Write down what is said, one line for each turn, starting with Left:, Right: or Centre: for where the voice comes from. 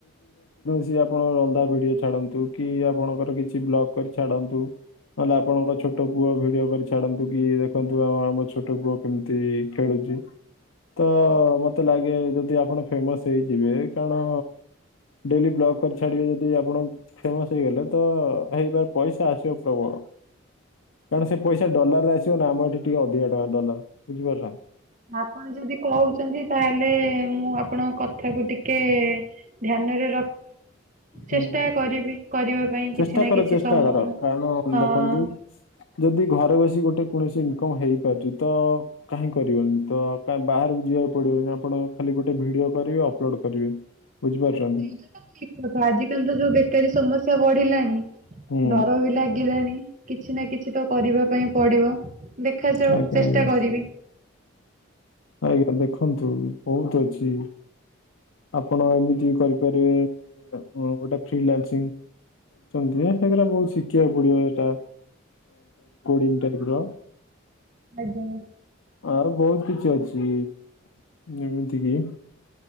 Left: କି ଆପଣ ରନ୍ଧା ଭିଡିଓ ଛାଡନ୍ତୁ କି ଆପଣଙ୍କର କିଛି ବ୍ଲଗ କରି ଛାଡନ୍ତୁ ନହେଲେ ଆପଣଙ୍କ ଛୋଟ ପୁଅ ଭିଡିଓ କରି ଛାଡନ୍ତୁ କି ଦେଖନ୍ତୁ ଆ ଆମ ଛୋଟ ପୁଅ କେମିତି ଖେଳୁଛି ତ ମତେ ଲାଗେ ଯଦି ଆପଣ ଫେମସ୍ ହେଇଯିବେ କାରଣ ଡେଲି ବ୍ଲଗ୍ କରି ଛାଡିବେ ଯଦି ଆପଣ ଫେମସ୍ ହେଇଗଲେ ତ ହେଇପାରେ ପଇସା ଆସିବ ପ୍ରବଳ। କାରଣ ସେ ପଇସା ଡଲାର ରେ ଆସିବ ନା ଆମ ଏଠି ଟିକେ ଅଧିକା ଟଙ୍କା ଡଲାର ବୁଝିପାରିଲ।
Right: ଆପଣ ଯଦି କହୁଛନ୍ତି ତାହେଲେ ମୁଁ ଆପଣଙ୍କ କଥାକୁ ଟିକେ <inaudible> ଚେଷ୍ଟା
Left: ହୁଁ
Right: କରିବି କରିବା ପାଇଁ
Left: ଚେଷ୍ଟା
Right: କିଛି ନା
Left: କର
Right: କିଛି
Left: ଚେଷ୍ଟା
Right: ସମୟ
Left: କର କାରଣ
Right: ହଁ
Left: ଦେଖନ୍ତୁ ଯଦି ଘରେ ଘରେ ବସି ଗୋଟେ କୌଣସି ଇନକମ୍ ହେଇପାରୁଛି ତ କାହିଁ କରିବନି ତ କାଇ ବାହାରକୁ ଯିବାକୁ ପଡିବନି ଆପଣ ଖାଲି ଗୋଟେ ଭିଡିଓ କରିବେ ଅପଲୋଡ କରିବେ ବୁଝିପାରୁଚନ୍ତି?
Right: ସେଇଟା ଠିକ କଥା ଆଜିକାଲି ତ ଯୋଉ ବେକାରୀ ସମସ୍ୟା ବଢିଲାଣି
Left: ହୁଁ
Right: ଡର ବି ଲାଗିଲାଣି। କିଛି ନା କିଛି କିଛି ତ କରିବା ପାଇଁ ପଡିବ ଦେଖାଯାଉ
Left: ଆଜ୍ଞା
Right: ଚେଷ୍ଟା
Left: ଆଜ୍ଞା
Right: କରିବି।
Left: ଆଜ୍ଞା ଦେଖନ୍ତୁ ବହୁତ ଅଛି। ଆପଣ ଏମିତି କରିପାରିବେ ଗୋଟେ ଫ୍ରିଲାନସିଂ ଛନ୍ତି ସେଗା ବହୁତ ଶିଖିବାକୁ ପଡିବ ସେଇଟା। ଡି ର
Right: ଆଜ୍ଞା
Left: ଆ <unintelligible> ବହୁତ କିଛି ଅଛି। ସେ ଯେମିତି କିି